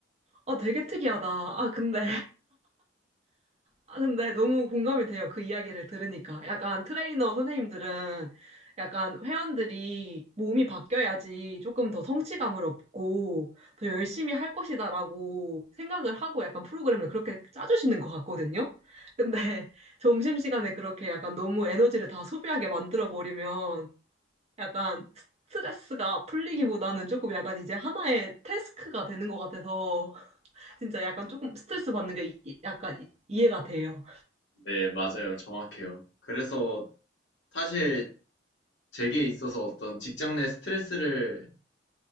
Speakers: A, on the right (about 35°); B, on the left (about 75°).
A: 아, 되게 특이하다. 아, 근데 아, 근데 너무 공감이 돼요. 그 이야기를 들으니까. 약간 트레이너 선생님들은 약간 회원들이 몸이 바뀌어야지 조금 더 성취감을 얻고 더 열심히 할 것이다라고 생각을 하고 약간 프로그램을 그렇게 짜주시는 것 같거든요. 근데 <laughs> 점심시간에 그렇게 약간 너무 에너지를 다 소비하게 만들어버리면 약간 스트레스가 풀리기보다는 조금 약간 이제 하나의 태스크가 되는 것 같아서 <laughs> 진짜 약간 조금 스트레스 받는 게 이- 이- 약간 이- 이해가 돼요.
B: 네, 맞아요. 정확해요. 그래서 사실 제게 있어서 어떤 직장 내 스트레스를